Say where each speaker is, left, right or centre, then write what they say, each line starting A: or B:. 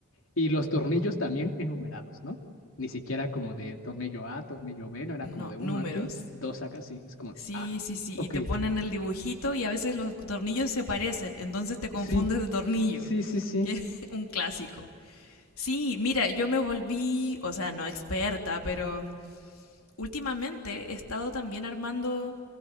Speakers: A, on the left (about 70°); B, on the left (about 85°).
A: Y los tornillos también enumerados, ¿no? Ni siquiera como de tornillo A, tornillo B, no era
B: No,
A: como de
B: números.
A: uno aquí, dos acá, sí, es como,
B: Sí,
A: ah,
B: sí, sí.
A: ok,
B: Y te ponen el dibujito y a veces los tornillos se parecen, entonces te confundes
A: sí.
B: de tornillo,
A: Sí, sí, sí.
B: que es <laughs> un clásico. Sí, mira, yo me volví, o sea, no experta, pero mm, últimamente he estado también armando